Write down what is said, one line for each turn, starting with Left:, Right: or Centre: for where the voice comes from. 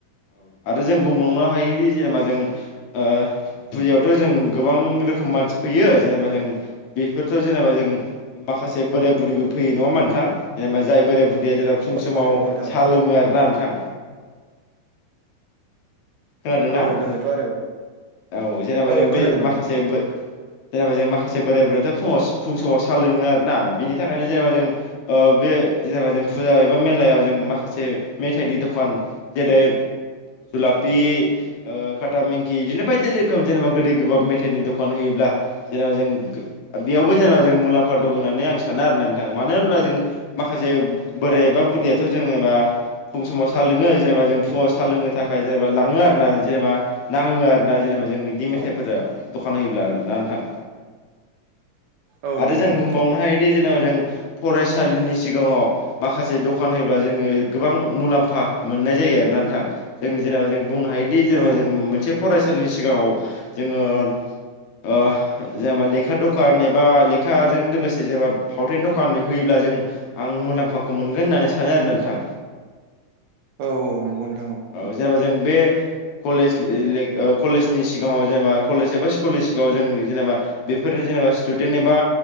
Left: औ आरो जों बुंबावनो हायोदि जेनेबा जों ओ फुजायावथ' जों गोबां रोखोम मानसि फैयो जेनेबा जों बेफोरथ' जेनेबा जों माखासे बोराय बुरिबो फैयो नङा होमबा नोंथां? जेनेबा जाय बोराय बुरिया जेनेबा फुं समाव
Right: औ नंगौ नोंथां
Left: सा
Right: औ
Left: लोङो आरो ना नोंथां। खोनादोंना
Right: औ लोङोथ' आरो
Left: औ जेनेबा
Right: औ
Left: जों
Right: औ खोनादों
Left: बे
Right: नोंथां
Left: माखासे बो जेनेबा जों माखासे बोराय बुरैआथ' फुङाव फुं समाव सा लोङो आरोना बिनि थाखायनो जेनेबा जों बे जेनेबा जों फुजा एबा मेलायाव जों माखासे मेथाइनि दखान जेरै जुलाब पि ओ खाथा मिंकि बिदिनो बायदि रोखोम जेनेबा गोदै गोबाब मेथाइनि दखान होयोब्ला जेनबा जेनेबा जों गो बेयावबो जेनेबा जों मुलाम्फा दं होननानै आं सानो आरोना नोंथां मानो होनबा जों माखासे बोराय
Right: औ
Left: एबा
Right: औ
Left: बुरैयाथ' जेनेबा फुं समाव साहा लोङो जेनेबा जों फुंआव साहा लोंनो थाखाय। जेनेबा लाङो आरोना जेनेबा नाङो आरो ना जेनेबा जों बिदि मेथाइफोर
Right: औ
Left: दखान होयोब्ला आर ना नोंथां
Right: औ
Left: आरो
Right: नंगौ
Left: जों
Right: नोंथां
Left: बुंबावनो
Right: औ
Left: हायो। जेनेबा जों फरायसालिनि सिगाङाव माखासे दखान होबा जोङो गोबां मुलाम्फा। मोननाय जायो आरो ना नोंथां। जों जेनेबा जों बुंनो हायोदि जेनेबा
Right: औ
Left: जों
Right: औ
Left: मोनसे फरायसालिनि। जेनेबा लेखा दखान एबा लेखाजों लोगोसे जेनेबा फावथेन दखान होयोब्ला। जों आं मुलाम्फाखौ मोनगोन होननानै सानो आरो नोंथां।
Right: औ औ नंगौ नोंथां औ।
Left: औ
Right: मोनो
Left: जेनेबा जों बे। कलेज कलेजनि सिगाङाव जेनेबा कलेज एबा स्कुलनि सिगाङाव जों जेनेबा बेफोरनि जेनेबा स्टुडेन्ट एबा